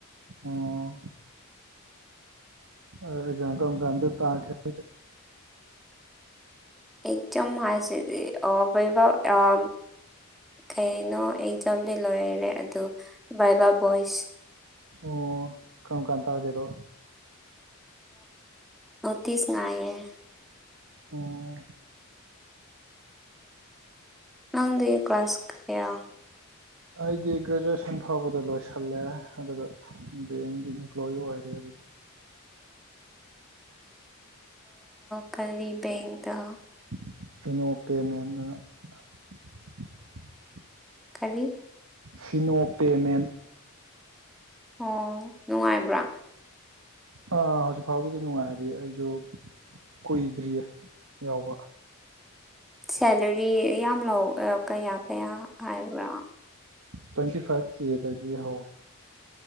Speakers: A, on the right; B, in the centre.
A: ꯑꯣ ꯑꯦꯛꯖꯥꯝ ꯀꯔꯝ ꯀꯥꯟꯗ ꯇꯒꯦ ꯍꯥꯏꯁꯦ
B: ꯑꯦꯖꯥꯝ ꯍꯥꯏꯁꯦꯗꯤ ꯑꯣ ꯕꯩꯕꯥ ꯑꯥ ꯀꯩꯅꯣ ꯑꯦꯛꯖꯥꯝꯗꯤ ꯂꯣꯏꯔꯦ ꯑꯗꯣ ꯚꯥꯏꯕꯥ ꯕꯣꯏꯁ
A: ꯑꯣ ꯀꯥꯔꯝꯀꯥꯟ ꯇꯥꯒꯦ ꯑꯗꯣ
B: ꯅꯣꯇꯤꯁ ꯉꯥꯏꯔꯤꯅꯦ
A: ꯑꯣ
B: ꯅꯡꯗꯤ ꯀ꯭ꯂꯥꯁ ꯀꯥꯌꯥ
A: ꯑꯩꯗꯤ ꯒ꯭ꯔꯦꯖꯨꯑꯦꯁꯟ ꯐꯥꯎꯕꯗ ꯂꯣꯏꯁꯜꯂꯦ ꯑꯗꯨꯒ ꯕꯦꯡꯒꯤ ꯏꯝꯄ꯭ꯂꯣꯌꯤ ꯑꯣꯏꯔꯤ <inaudible>
B: <inaudible> ꯀꯔꯤ ꯕꯦꯡꯛꯗ
A: <unintelligible>
B: ꯀꯔꯤ
A: ꯁꯤꯅꯣ ꯄꯦꯃꯦꯟ
B: ꯑꯣ ꯅꯨꯡꯉꯥꯏꯕ꯭ꯔꯥ
A: ꯑ ꯍꯧꯖꯤꯛ ꯐꯥꯎꯒꯤꯗꯤ ꯅꯨꯡꯉꯥꯏꯔꯤ ꯑꯩꯁꯨ ꯀꯨꯏꯗ꯭ꯔꯤꯌꯦ ꯌꯥꯎꯕ
B: ꯁꯦꯂꯔꯤ ꯌꯥꯝ ꯂꯧ ꯀꯌꯥ ꯀꯌꯥ ꯍꯥꯏꯕ꯭ꯔꯥ
A: ꯇ꯭ꯋꯦꯟꯇꯤ ꯐꯥꯢꯐ ꯀꯦꯗꯒꯤ ꯍꯧꯋꯦ